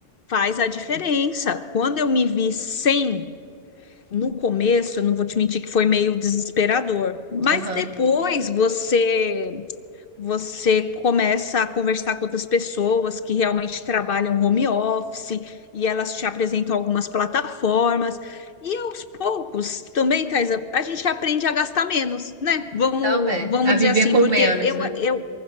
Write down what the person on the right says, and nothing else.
Aham.
Também.
A
viver
com
menos,
né?